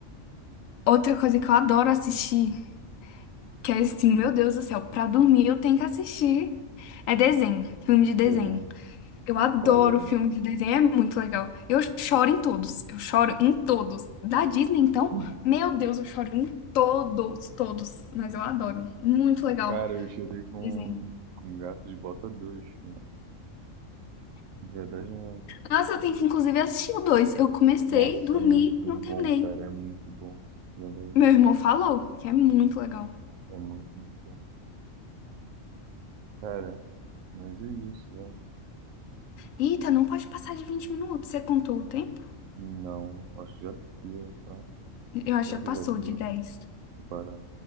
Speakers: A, on the left (about 80°); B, on the right (about 80°).
A: outra coisa que eu adoro assistir, que é assim, meu Deus do céu, pra dormir eu tenho que assistir, é desenho, filme de desenho.
B: Desenho.
A: Eu adoro
B: Qual desenho?
A: filme de desenho, é muito legal. Eu choro em todos, eu choro em todos. Da Disney, então,
B: Hum.
A: meu Deus, eu choro em todos, todos. Mas eu adoro, muito legal
B: Cara, eu chorei com,
A: o desenho.
B: com Gato de Bota 2 cara. de verdade mesmo.
A: Nossa, eu tenho que inclusive assistir o dois. Eu comecei,
B: Nossa,
A: dormi,
B: é muito
A: não
B: bom,
A: terminei.
B: cara, é muito bom, de verdade,
A: Meu irmão falou que é muito legal.
B: é muito, muito bom. Cara, mas é isso, ó.
A: Eita,
B: Hum.
A: não pode passar de 20 minutos. Você contou o tempo?
B: Não, acho que já deu, tá?
A: Eu acho
B: Será
A: que já
B: que
A: passou
B: já deu?
A: de 10.
B: Vou parar.